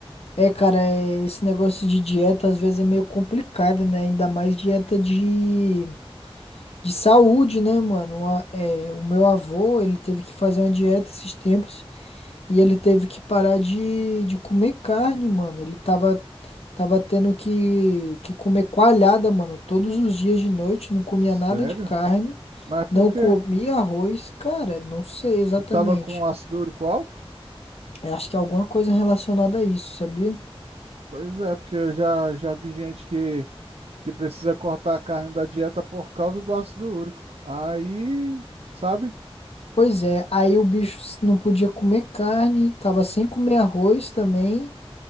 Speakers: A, on the left (about 75°); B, on the right (about 75°).
A: É, cara, é- esse negócio de dieta às vezes é meio complicado, né? Ainda mais dieta de, de saúde, né, mano? Uma- é, o meu avô, ele teve que fazer uma dieta esses tempos e ele teve que parar de, de comer carne, mano. Ele tava Tava tendo que, que comer coalhada, mano, todos os dias de noite, não comia
B: Sério?
A: nada de carne,
B: Mas por
A: não
B: quê?
A: comia arroz, cara, não sei exatamente.
B: Ele tava com ácido úrico alto?
A: Eu acho que é alguma coisa relacionada a isso, sabia?
B: Pois é, porque eu já, já vi gente que, que precisa cortar a carne da dieta por causa do ácido úrico. Aí, sabe?
A: Pois é, aí o bicho não podia comer carne, tava sem comer arroz também,